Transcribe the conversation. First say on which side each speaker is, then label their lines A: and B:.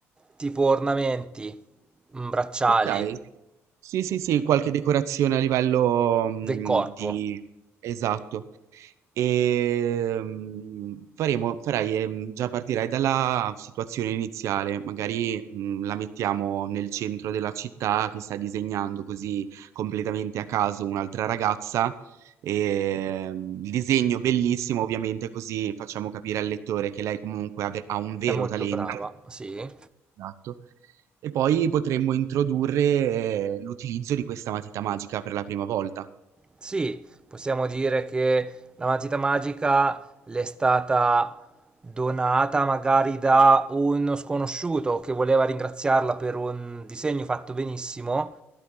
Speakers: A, on the right; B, on the right.
A: tipo ornamenti, mm, bracciali
B: okay. Sì, sì, sì, qualche decorazione a livello, mhmm,
A: del corpo.
B: di esatto. Ehm, faremo, farai, ehm, già partirai dalla situazione iniziale, magari mm, la mettiamo nel centro della città che sta disegnando così completamente a caso un'altra ragazza. ehm, il disegno bellissimo, ovviamente, così facciamo capire al lettore che lei comunque ha, ve- ha un vero
A: È molto
B: talento.
A: brava, sì.
B: Esatto. E poi potremmo introdurre eh, l'utilizzo di questa matita magica per la prima volta.
A: Sì, possiamo dire che la matita magica le è stata donata magari da uno sconosciuto che voleva ringraziarla per un disegno fatto benissimo